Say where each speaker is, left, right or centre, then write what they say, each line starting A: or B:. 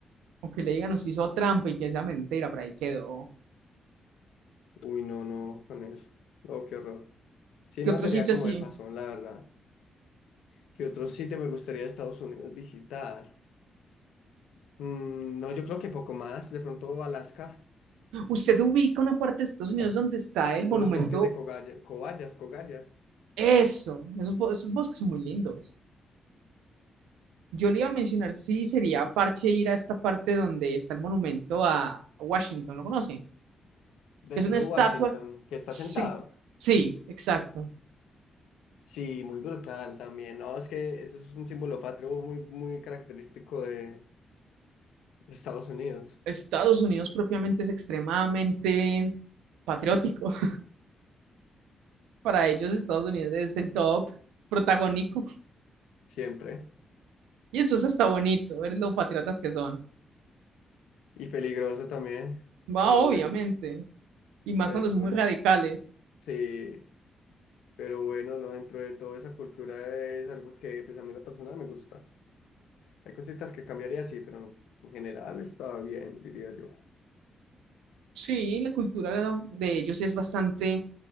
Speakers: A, on the right; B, on the left.
A: O que le digan, nos hizo trampa y que sea mentira, por ahí quedó.
B: Uy, no, no, con eso. Oh, qué horror. Si
A: ¿Qué
B: no,
A: otro
B: sería
A: sitio
B: como
A: así?
B: de pasón, la verdad. ¿Qué otro sitio me gustaría de Estados Unidos visitar? Mm, no, yo creo que poco más. De pronto Alaska
A: ¿Usted ubica una parte de Estados Unidos donde está el monumento?
B: o los bosques de Cogaya, Cobayas, Cobayas.
A: Eso, esos, bo- esos bosques son muy lindos. Yo le iba a mencionar si sería parche ir a esta parte donde está el monumento a a Washington, ¿lo conoce?
B: Denzel
A: Es una estatua.
B: Washington, que está
A: Sí,
B: sentado.
A: sí, exacto.
B: Sí, muy brutal también. No, es que eso es un símbolo patrio muy, muy característico de Estados Unidos.
A: Estados Unidos propiamente es extremadamente patriótico. <laughs> Para ellos Estados Unidos es el top protagónico.
B: Siempre.
A: Y eso es hasta bonito, ver lo patriotas que son.
B: Y peligroso también.
A: Va,
B: Pero
A: obviamente.
B: bueno,
A: Y más
B: pero
A: cuando son
B: bueno.
A: muy radicales.
B: Sí. Pero bueno, no, dentro de toda esa cultura es algo que pues a mí en lo personal me gusta. Hay cositas que cambiaría, sí, pero no, en general estaba bien, diría yo.
A: Sí, la cultura de ellos es bastante